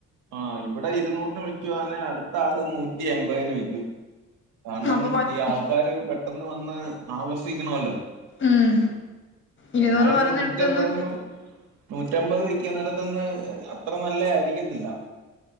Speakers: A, on the right; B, on the left.
A: ആ ഇവിടെ ഇരുനൂറിന് വിക്കുവാണേ അടുത്ത ആള് നൂറ്റിയെമ്പതിന് വികും കാരണം
B: അപ്പൊ മറ്റ്
A: ഈ ആൾക്കാര് പെട്ടെന്ന് വന്ന ന്ന് ആകർഷിക്കണ അല്ലോ
B: ഉം ഇരുന്നൂറ്
A: എന്നാ
B: പറയുന്നിടത്ത്ന്ന്
A: ഈ നൂറ്റിയെമ്പതിനു നൂറ്റിഅമ്പത് വെക്കുന്നോടാതനിന്ന് അത്ര നല്ല അരി എന്ന് ഇല്ല